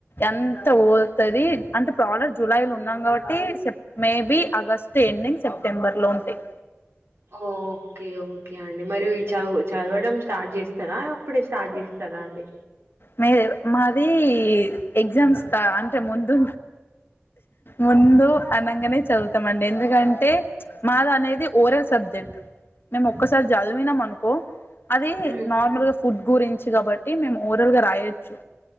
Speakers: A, on the left; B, on the right.
A: ఎంత పోతుది అంటే ప్రలర్ జులై లో ఉన్నాం కాబట్టి సప్ మేబి ఆగస్టు ఎండింగ్ సెప్టెంబర్ లో ఉంటుంది
B: ఓకే ఓకే అండి మరి చదువు చదవడం స్టార్ట్ చేస్త స్తారా అప్పుడే స్టార్ట్ చేస్తారా అండి
A: మీరే మాది ఎగ్జామ్స్ అంటే ముందు ముందూ అనంగనే చదువుతామండి ఎందుకంటే మాది అనేది ఓరల్ సబ్జెక్ట్ మేము ఒక్కసారి చదివినాం అనుకో అది
B: హ్మ్.
A: నార్మల్ గా ఫుడ్ గురించి కాబట్టి మేము ఓవరల్ గా రాయొచ్చు